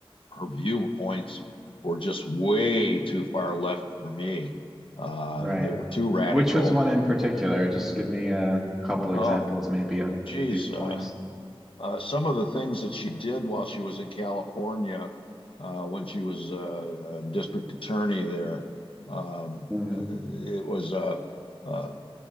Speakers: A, on the left; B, in the centre.
A: her viewpoints were just way too far left for me. Uh,
B: Right.
A: they were too radical.
B: Which was one in particular? Just give me a couple
A: Oh,
B: examples, maybe, of
A: geez,
B: these
A: uh,
B: points.
A: uh, some of the things that she did while she was in California, uh, when she was uh, a district attorney there, um,
B: Mm,
A: uh, it was uh, uh,